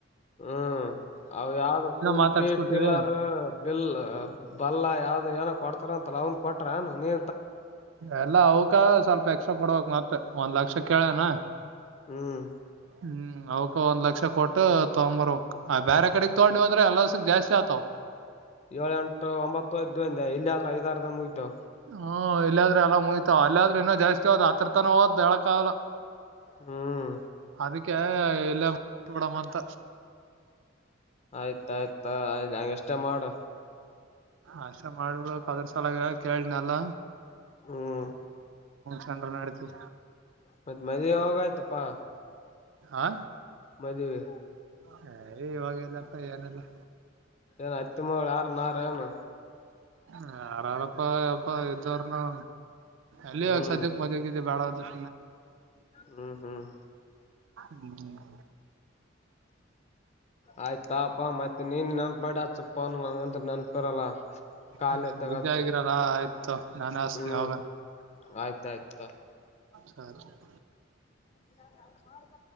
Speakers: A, on the left (about 35°); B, on the right (about 70°).
A: ಹ್ಮ. ಅವ ಯಾವ್ದ ಕುಂಟಿ
B: ಮಾತಾಡ್ಸ್ಬಿಟ್ಟಿವಿ
A: ಟಿಲ್ಲರ್ ಬಿಲ್ ಬಲ್ಲ ಯಾವ್ದ ಏನ ಕೊಡ್ತಾರ ಅಂತಲ್ಲ ಅವ್ನ್. ಕೊಟ್ರ ನೀ.
B: ಎಲ್ಲ ಅವ್ಕ ಸ್ವಲ್ಪ ಎಕ್ಸ್ಟ್ರಾ ಕೊಡಬೇಕಕ್ ಮತ್ತ ಒಂದ್ ಲಕ್ಷ ಕೇಳನಾ.
A: ಹ್ಮ್
B: ಹ್ಮ್. ಅವಕ ಒಂದ್ ಲಕ್ಷ ಕೊಟ್ಟ ತೊಗೊಂಬರ್ವಕ್ ಆ ಬೇರೆ ಕಡೆಗ್ ತಗೊಂಡಿವವಿ ಅಂದ್ರೆ ಎಲ್ಲಸ ಜಾಸ್ತಿ ಆತಾವ.
A: ಏಳ ಎಂಟು ಒಂಬತ್ತು ಐ್ದು ಇಲ್ಲಿ ಆದ್ರ ಐದಾರದ ಮುಗತು
B: ಹ್ಮ ಇಲ್ಲಾದ್ರೆ ಎಲ್ಲ ಮುಯ್ತಾವ ಅಲ್ಲಾದ್ರೆ ಇನ್ನ ಜಾಸ್ತಿ ಹೋದ್ ಆತ್ರ ತನ ಹೋದ್ ಹೇಳಕ ಆಗಲ್ಲ.
A: ಹ್ಮ್
B: ಅದಕ್ಕೆ ಎಲ್ಲ ಬಿಡಂತ.
A: ಆಯ್ತಾಯಯ್ತಯ್ ಹಂಗ ಎಷ್ಟೇ ಮಾಡು.
B: ಆಸ ಮಾಡಬ ಅದ್ರ ಸಲ ಕೇಳನಲ್ಲ.
A: ಹ್ಮ್
B: ಚಂದ್ರನಾಡತು.
A: ಮತ್ತತ್ ಮದೆ ಹೋಗ ಆಯ್ತಪ್ಪಾ.
B: ಆ.
A: ಮದುವೆ.
B: ಹಯ ಇವಾಗಲ್ಲಪ್ಪ ಏನೆಲ್ಲಾ.
A: ಏನು ಹತ್ತಿ ಮಳ ಯಾರ ನಾರ ಏನು.
B: ಯಾರಾರಪ್ಪ ಯಪ್ಪಾ ಇದ್ದಾರ್ನು ಅಲ್ಲಿ
A: ಹ್ಮ್
B: ಯಾಗ ಸದ್ಯಕ್ ಮದ್ಗ. ಬಾದುುಗ.
A: ಹ್ಮ್ ಹ್ಮ್.
B: ಹ್ಮ್
A: ಆಯ್ತಾಪಾ ಮತ್ತೆ ನೀನ್ ನೆನ್ಪ ಮಾಡ ಚುಪ್ಪ ನಂಗಂತ ನೆನ್ಪಿರಲ್ಲ.
B: ಹ
A: ಖಾಲಿ ಇದ್ದಾಗ
B: ಬುಸ
A: ಹಚ್ಚು
B: ಆಗಿರಲ್ಲ ಆಯ್ತ. ನಾನು ಆಸ್
A: ಹ್ಮ್
B: ಹೋಗ
A: ಆಯ್ತಾಯ್ತಾ
B: ಸರಿ.
A: ಹ ಮಾಡಬ.